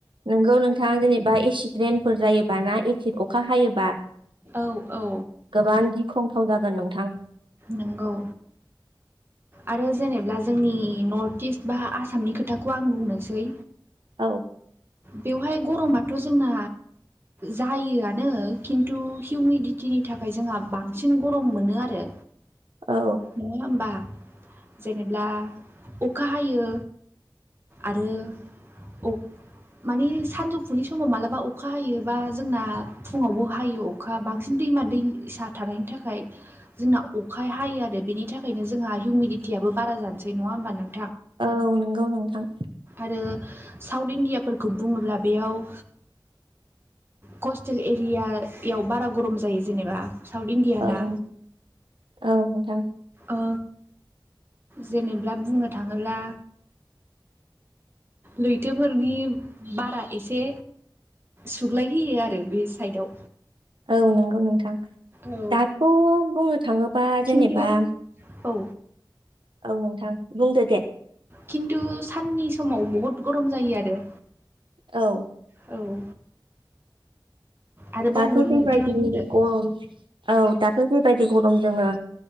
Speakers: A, on the right (about 75°); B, on the right (about 25°).
A: नोंगौ नोंथां जेनेबा एसिड रेन्टफोर जायोबा ना एसिड अखा हायोबा
B: औ औ
A: गोबां गिख्रंथाव जागोन नोंथां।
B: नोंगौ। आरो जेनेब्ला जोंनि नर्थ इस्ट बा आसामनि खोथाखौ आं बुंनोसै
A: औ
B: बेवहाय गरमाथ' जोंना। जायोआनो खिन्थु हिउमिडिटिनि थाखाय जोंहा बांसिन गरम मोनो आरो।
A: औ
B: नङा होमबा, जेनेब्ला अखा हायो आरो अ माने साजुफुनि समाव मालाबा अखा हायोबा जोंना फुङावबो हायो। अ अखा बांसिन दैमा दैसा थानायनि थाखाय। जोंना अखाय हायो आरो बेनि थाखायनो जोंहा हिउमिडटियाबो बारा जानोसै नङा होमबा नों
A: औ नंगौ नोंथां।
B: आरो साउथ इण्डियाफोरखौ बुङोब्ला बेयाव। खसतेल एरिया याव बारा गरम जायो जेनेबा। साउथ इण्डिया
A: औ
B: ना
A: औ नोंथां
B: ओ जेनेब्ला बुंनो थाङोब्ला। लैथोफोरनि, बारा एसे सुग्लायहोयो आरो बे साइडआव,
A: औ नंगौ नोंथां।
B: औ
A: दाथ' बुंनो थाङोबा जेनेबा
B: खिन्थु औ
A: औ नोंथां बुंदो दे।
B: खिन्थु साननि समाव बहुत गरम जायो आरो।
A: औ
B: औ आरोबाव
A: दाथ'
B: बुं नोंथाङा
A: जेबायदि
B: बुंदो
A: गरम, औ दाथ' जेबायदि गरम जोङो